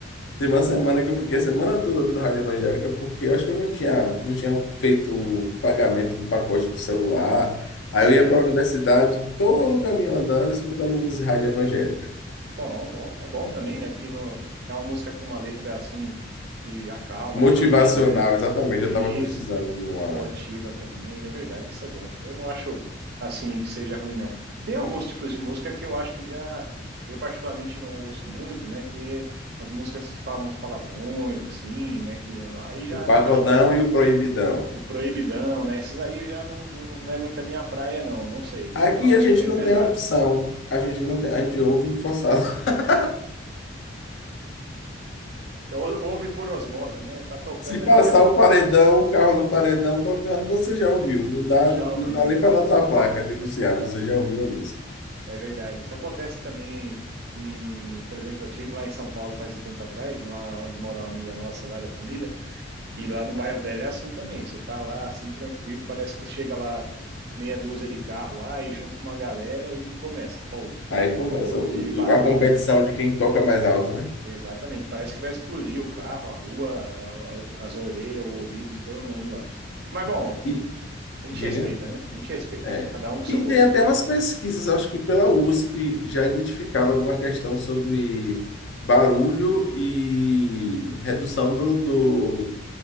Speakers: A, on the left; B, on the right.
A: tem uma semana que eu fiquei a semana toda ouvindo rádio evangélica, porque eu acho que eu não tinha, não tinha feito o pagamento do pacote do celular. Aí
B: Sei.
A: eu ia para a universidade todo o caminho andando, escutando música rádio evangélica.
B: Bom, bom, é bom também, né? Porque não, é uma música com uma letra assim que acalma
A: Motivacional,
B: a gente, né?
A: exatamente.
B: É
A: Eu
B: isso,
A: estava precisando de uma,
B: motiva também, é verdade, isso é bom. Eu não acho assim que seja ruim, não. Tem alguns tipos de música que eu acho que já, eu particularmente não ouço muito, né? Que as músicas que falam uns palavrões, assim, né? Que aí já
A: o pagodão
B: acho que
A: e o proibidão.
B: o proibidão, né? Esses aí já não, não, não é muito a minha praia, não. Não sei,
A: Aqui
B: sei lá, eu acho
A: a gente
B: meio
A: não
B: pesado.
A: tem opção. A gente não tem, a gente ouve forçado. <laughs>
B: Então, ou- ouve por osmose, né? Tá tocando
A: Se passar
B: ali, já
A: o paredão, o carro no paredão tocando, você já ouviu. Não dá,
B: Já
A: não
B: ouviu,
A: dá nem
B: né?
A: para notar a placa denunciar, você já ouviu a música.
B: É verdade. Isso acontece também em, por exemplo, eu tive lá em São Paulo faz um tempo atrás, lá onde mora uma amiga nossa lá da família, e lá no bairro dela é assim também. Você tá lá assim tranquilo, parece que chega lá meia dúzia de carro lá e junta uma galera e começa, pô, pô,
A: Aí começa
B: pô, aquele
A: o-
B: barulho.
A: a competição de quem toca mais alto, né?
B: Exatamente, parece que vai explodir o carro, a rua, a- a- as orelhas, o ouvido de todo mundo lá. Mas bom,
A: E
B: a gente
A: diga,
B: respeita, né? A gente respeita.
A: é.
B: Cada um com seu
A: E
B: gosto,
A: tem até
B: né?
A: umas pesquisas, acho que pela USP já identificaram alguma questão sobre barulho e redução do, do,